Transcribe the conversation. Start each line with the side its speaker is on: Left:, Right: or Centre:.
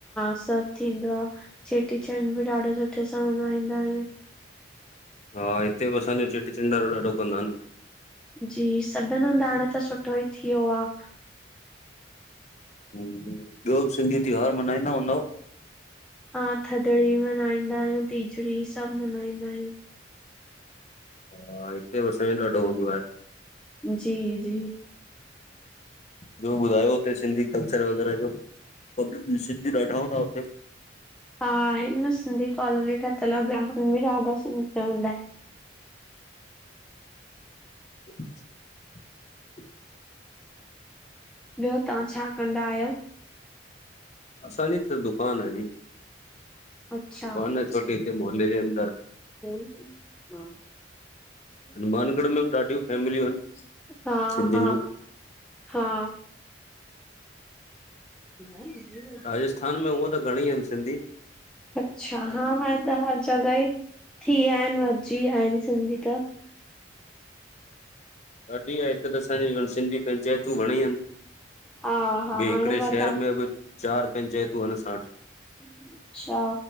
Centre: सभ थींदो आ, चेटीचंड बि ॾाढो सुठे सां मल्हाईंदा आयूं।
Left: हा, हिते बि असांजो, चेटीचंड ॾाढ़ो ॾाढ़ो कंदान।
Centre: जी, सभिन हंध, हाणे त सुठो ई थी व्यो आ।
Left: ॿयो बि सिंधी त्योहार मनांईंदा हूंदव?
Centre: हा, थदड़ी मनाईंदायूं, तीजड़ी सभ मनाईंदायूं।
Left: हा, हिते असांजे ॾाढो हूंदो आहे।
Centre: जी जी
Left: ॿयो ॿुधायो, उते सिंधी कल्चर वग़ैरा जो, सिंधी ॾाढा हूंदा उते?
Centre: हा, आहिन न, सिंधी कॉलोनी ठयल आ, वहां बि ॾाढा सिंधी रवंदा एन।
Left: <inaudible>
Centre: ॿयो, तहां छा कंदा आयो?
Left: असांजी त, दुकान आ जी।
Centre: अच्छा।
Left: दुकान आ, छोटी हिते मुहल्ले जे अंदर।
Centre: हूं, हा
Left: हनुमानगढ़ में बि ॾाढ्यूं फैमलियूं एन,
Centre: हा
Left: सिंधिन
Centre: हा
Left: जूं।
Centre: हा <inaudible>
Left: राजस्थान में, हूअं त घणेई अन सिंधी।
Centre: अच्छा, हा हाणे त हर जॻह ही थी व्या एन, वधजी व्या एन सिंधी त।
Left: ॾाढ़ी आ, हिते त असांजी, सिंधी पंचायतूं घणेई एन।
Centre: हा हा
Left: ॿे हिकड़े
Centre: हाणे
Left: शहर
Centre: वधा
Left: में बि चार पंचायतूं अन असां वट।
Centre: अच्छा